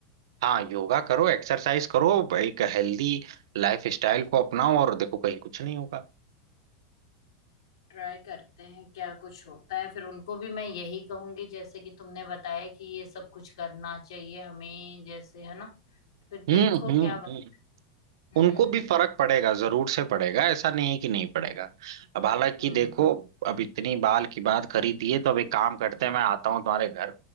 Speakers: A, on the right; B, on the left.
A: हाँ योगा करो एक्सरसाइज करो एक हेल्दी लाइफ स्टाइल को अपनाओ और देखो कहीं कुछ नहीं होगा
B: ट्राई करते हैं क्या कुछ होता है फिर उनको भी मैं यही कहूंगी जैसे कि तुमने बताया कि ये सब कुछ करना चाहिए हमें जैसे है ना फिर
A: हम्म
B: देखो
A: हम्म
B: क्या बत...
A: हम्म
B: हम्म
A: उनको भी फर्क पड़ेगा जरूर से पड़ेगा ऐसा नहीं है कि नहीं पड़ेगा अब हालांकि
B: हम्म
A: देखो अब इतनी बाल की बात करी दी है तो अब एक काम करते हैं मैं आता हूँ तुम्हारे घर